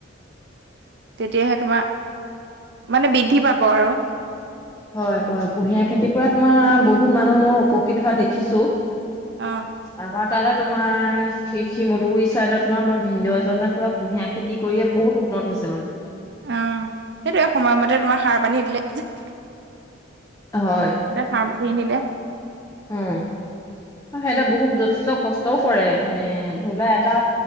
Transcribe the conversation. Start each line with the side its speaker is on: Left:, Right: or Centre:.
Left: <inaudible>
Right: তেতিয়াহে তোমাৰ মানে বৃদ্ধি পাব আৰু।
Left: হয়' হয়', কুঁহিয়াৰ খেতিৰ পৰা তোমাৰ বহুত মানুহ মই উপকৃত হোৱা দেখিছো।
Right: অ
Left: আমাৰ তাৰে তোমাৰ শি শিমদুগুৰি ছাইদত তোমাৰ আমাৰ ভিনদেও এজনৰ পুৰা কুঁহিয়াৰ খেতি কৰিয়ে বহুত উন্নত হৈছে মানে।
Right: অ', সেইটোয়ে সময়মতে তোমাৰ সাৰ - পানী দিলে যে।
Left: হয়,
Right: সাৰ পানী দিলে
Left: উম, সিহঁতে বহুত যথেষ্ট কষ্টও কৰে, মানে ধৰিলোৱা এটা